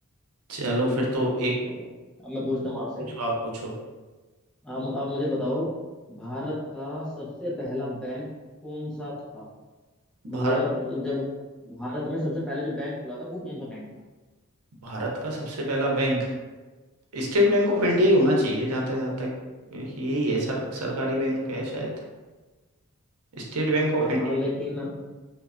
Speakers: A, on the right (about 85°); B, in the centre.
A: चलो फिर तो एक
B: चलो अब मैं पूछता हूँ आपसे
A: पूछो आप पूछो
B: आप आप मुझे बताओ भारत का सबसे पहला बैंक कौन सा था मतलब
A: भारत
B: मतलब जब भारत में सबसे पहले जो बैंक खुला था वो कौन सा बैंक था
A: भारत का सबसे पहला bank state bank of
B: हाँ
A: India
B: जी
A: ही होना चाहिए जहाँ तक जहाँ तक यही है सर सरकारी बैंक है शायद स्टेट बैंक
B: हाँ
A: ऑफ इंडिया
B: लेकिन
A: ही-